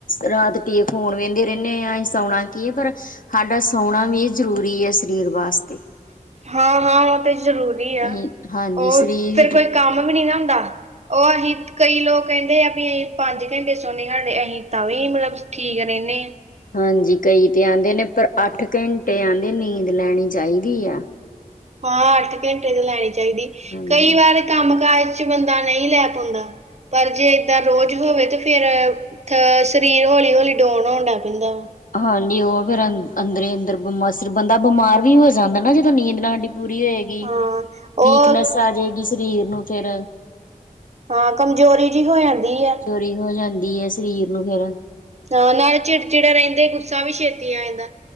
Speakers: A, on the left (about 70°); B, on the right (about 50°).
A: ਰਾਤ ਟੀਏ ਫ਼ੋਨ ਵਹਿੰਦੇ ਰਹਿੰਦੇ ਹ ਅਸੀਂ ਸੋਣਾ ਕੀ ਹੈ ਪਰ ਸਾਡਾ ਸੋਣਾ ਵੀ ਜ਼ਰੂਰੀ ਐ ਸਰੀਰ ਵਾਸਤੇ
B: ਹਾਂ-ਹਾਂ ਉਹ ਤੇ ਜ਼ਰੂਰ ਵੀ ਆ
A: ਅਸੀਂ ਹਾਂਜੀ
B: ਉਹ
A: ਸਰੀਰ
B: ਫੇ਼ਰ ਕੋਈ ਕੰਮ ਵੀ ਨੀ ਨਾ ਹੁੰਦਾ ਉਹ ਅਸੀਂ ਕਈ ਲੋਕ ਕਹਿੰਦੇ ਆ ਵੀ ਅਸੀਂ ਪੰਜ ਘੰਟੇ ਸੋਣੇ ਸਾਡੇ ਅਸੀਂ ਤਾਂ ਵੀ ਮਤਲਬ ਠੀਕ ਰਹਿਣੇ ਆ
A: ਹਾਂਜੀ ਕਈ ਤੇ ਆਂਦੇ ਨੇ ਪਰ ਅੱਠ ਘੰਟੇ ਆਂਦੇ ਨੀਂਦ ਲੈਣੀ ਚਾਹੀਦੀ ਆ
B: ਹਾਂ ਅੱਠ ਘੰਟੇ ਤੇ ਲੈਣੀ ਚਾਹੀਦੀ
A: ਹਾਂਜੀ।
B: ਕਈ ਵਾਰ ਕੰਮ ਕਾਜ ਚ ਬੰਦਾ ਨਹੀਂ ਲੈ ਪਾਉਂਦਾ। ਪਰ ਜੇ ਏਦਾਂ ਰੋਜ਼ ਹੋਵੇ ਤੇ ਫੇ਼ਰ ਥ ਸਰੀਰ ਹੌਲੀ ਹੌਲੀ ਡੋਨ ਹੋਣ ਲੱਗ ਪੈਂਦਾ ਵਾ
A: ਹਾਂਜੀ ਉਹ ਫੇ਼ਰ ਅ ਅੰਦਰ-ਅੰਦਰ ਬਿ ਸ ਬੰਦਾ ਬਿਮਾਰ ਵੀ ਹੋ ਜਾਂਦਾ ਨਾ ਜਦੋਂ ਨੀਂਦ ਨਾ ਹਾਡੀ ਪੂਰੀ ਹੋਏ ਵੀ
B: ਹਾਂ
A: ਵੀਕਨੈਸ
B: ਉਹ
A: ਆ ਜਾਏਗੀ ਸਰੀਰ ਨੂੰ ਫੇ਼ਰ
B: ਹਾਂ ਕਮਜ਼ੋਰੀ ਜੀ ਹੋ ਜਾਂਦੀ ਏ
A: ੜੀ ਹੋ ਜਾਂਦੀ ਹੈ ਸਰੀਰ ਨੂੰ ਫ਼ੇਰ
B: ਹਾਂ ਨਾਲ਼ ਚਿੜਚਿੜੇ ਰਹਿੰਦੇ ਗੁੱਸਾ ਵੀ ਛੇਤੀ ਆ ਜਾਂਦਾ